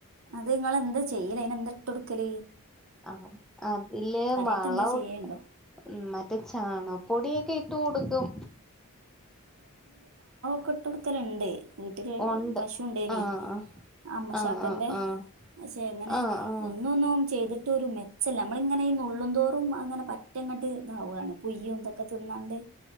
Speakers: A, on the right (about 65°); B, in the centre.
A: അത് നിങ്ങെന്താ ചെയ്യൽ അതിനന് എന്താ ഇട്ടോട്ക്കൽ
B: ആ അതില്
A: കാര്യായിട്ട്
B: വളമൊക്കെ
A: എന്താ ചെയ്യണ്ടോ
B: മറ്റേ ചാണകം പൊടിയൊക്കെ ഇട്ട് കൊടുക്കും
A: കൊട്ട് കൊടുക്കലുണ്ട് വീട്ടില്
B: ഒണ്ട്
A: പശുണ്ടേൻ
B: ആഹ്
A: അമ്മൂശാക്കന്റെ
B: ആഹ് ആഹ് ആഹ്
A: പക്ഷെ എങ്ങനെ
B: ആഹ് ആഹ് ആഹ്
A: ഒന്നൊന്നും ചെയ്തിട്ട് മ ഒരു മെച്ചല്ല നമ്മള ഇങ്ങനെ നുള്ളുംന്തോറും അങ്ങനെ പറ്റങ്ങട്ട് ഇതാവാണ് പുയ്യും ഇതൊക്കെ തിന്നാണ്ട്